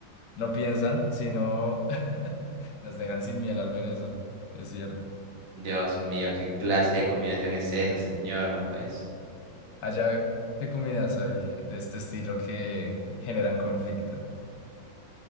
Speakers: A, on the left; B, on the right.
A: no piensan, sino <laughs> nos dejan sin miel al ver eso, es cierto.
B: Dios mío, ¿qué clase de combinación es esa, señor? No pues.
A: Allá, ¿qué comidas hay de este estilo que generan conflicto?